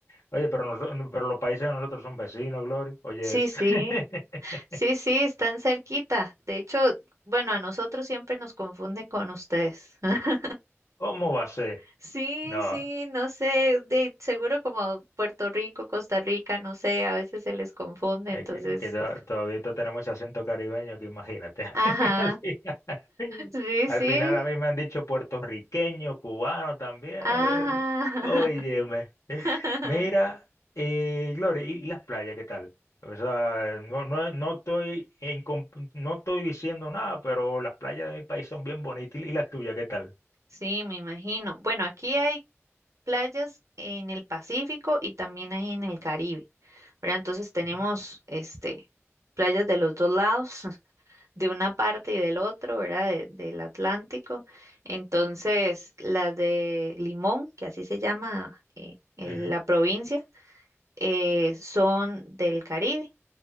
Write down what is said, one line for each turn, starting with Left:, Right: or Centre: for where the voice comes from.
Left: Oye, pero, nosotros- pero los países de nosotros son vecinos, Glory, oye
Right: Sí,
Left: eso,
Right: sí.
Left: <laughs>
Right: Sí, sí, están cerquita. De hecho, bueno, a nosotros siempre nos confunde con ustedes. <laughs>
Left: ¿cómo va a ser?
Right: Sí,
Left: No,
Right: sí, no sé, de seguro como Puerto Rico, Costa Rica, no sé, a veces se les confunde,
Left: Es
Right: entonces,
Left: que, que to- todavía tenemos ese acento caribeño que imagínate.
Right: ajá,
Left: <laughs> Al final,
Right: sí,
Left: al
Right: sí,
Left: final a mí me han dicho puertorriqueño, cubano también.
Right: ajá.
Left: eh, Óyeme.
Right: <laughs>
Left: Mira, eh, Gloria, ¿y las playas qué tal? O sea, no, no, no estoy en comp- no estoy diciendo nada, pero las playas de mi país son bien bonitas. ¿Y las tuyas qué tal?
Right: Sí, me imagino. Bueno, aquí hay playas en el Pacífico y también hay en el Caribe, ¿verdad? Entonces tenemos,
Left: Ujú,
Right: este, playas de los dos lados. de una parte y del otro, ¿verdad? de- del Atlántico. Entonces, las de Limón, que así se llama eh, el-
Left: ujú.
Right: la provincia, eh, son del Caribe